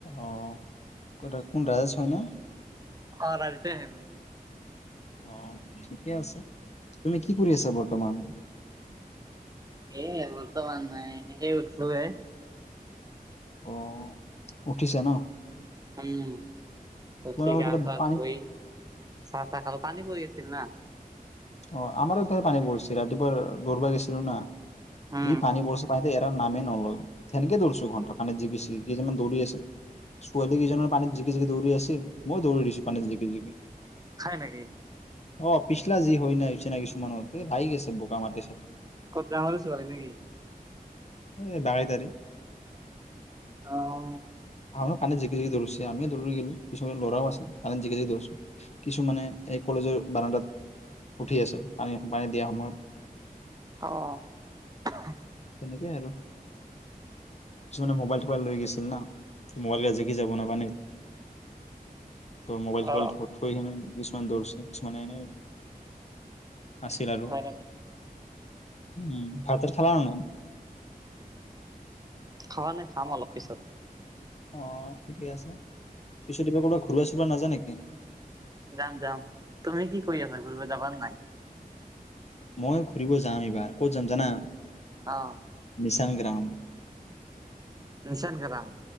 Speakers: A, on the left; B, on the right.
A: অ কোন ৰাজেশ হয় ন
B: অ ৰাজেশ হে মই
A: অ ঠিকে আছে তুমি কি কৰি আছা বৰ্তমান
B: এই বৰ্তমান নাই সেই উঠলো হে
A: অ উঠিছা ন
B: উম উঠি
A: তোমালোকৰ
B: গা
A: ফালে
B: চা
A: পানী
B: ধুই চাহ তাহ খালোঁ পানী পৰি আছিল না
A: অ আমাৰোফালে পানী পৰিছিল ৰাতিপুৱা দৌৰবা গৈছিলো না
B: উম
A: ই পানী পৰিছে পাইে দে ইয়াত। তাৰ নামেই নলয় সনেকে দৌৰিছো ঘণ্টা পানত জিকি কেইজনমান দৌৰি আছিল ছোৱালী কেইজনৰ পানীত জিকি জিকি দৌৰি আছিল মইো দৌৰি দিছোঁ পানীত জিকি জিকি।
B: খাই নেকি
A: অ পিছলা যি। হয় না ইি ছে কিছুমানত। ত সা ই গৈছে বোকা মাটিৰ চাট।
B: ক'ত গাঁৱৰে ছোৱালী নেকি
A: <unintelligible> টাৰে <unintelligible>
B: অ অ।
A: আমাৰো কানে জিকে জিকি দৌৰিছে আমিও দৌৰি গলোঁ কিছুমান ল'ৰাও আছিল কানণে জিকে জিকি দৌৰিছোঁ কিছুমানে এই কলেজৰ বানণ্ডাত উঠি আছিল পানী পানী দিয়া সময়ত। <unintelligible>
B: অ। <unintelligible>
A: তেনেকেই আৰু। কিছুমানে মোবাইল থোবাইল লৈ গৈছিল না মোবাইলকে জেগি যাব নাপানে। <unintelligible> ত মোবাইল চোবাইল
B: অ
A: থৈ মানে। <unintelligible> কিছুমান দৌৰছে ছ নাইনে। আছিল আৰু
B: হয় নেকি
A: উ ভাৰতৰ খেলা মানো।
B: খাৱা নাই খাম অলপ পিছত।
A: অ ঠিকে আছে পিছত কিবা ক'ৰবাত ঘূৰবা চুৰবা নাযা নেকি। <unintelligible>
B: যাম যাম তুমি কি কৰি আছা ঘুৰিব যাবা নাই।
A: মই ঘুৰিব যাম এইবাৰ ক'ত যাম জানা।
B: অ।
A: সং গ্ৰাম।
B: নিচানিকাদাম।